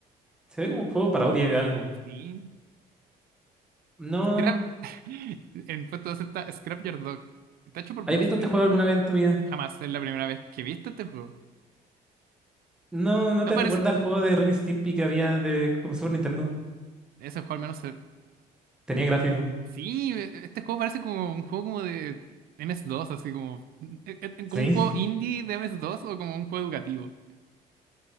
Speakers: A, in the centre; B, on the right (about 60°).
A: se ve como un juego parodia de algo.
B: Sí.
A: No,
B: Scrap. <laughs> En puesto 2 está Scrapyard Dog. Está hecho por
A: ¿has
B: Blue
A: visto
B: Sky.
A: este juego alguna vez en tu vida?
B: Jamás es la primera vez que he visto este juego.
A: No, ¿no
B: No
A: te
B: parece.
A: recuerda al juego de Ren y Stimpy que había de como Super Nintendo?
B: Ese juego al menos se.
A: Tenía gráfico.
B: Sí, e- e- este juego parece como un juego como de ms dos así como, e- e- como
A: Sí,
B: un juego indie de ms dos o como un juego educativo.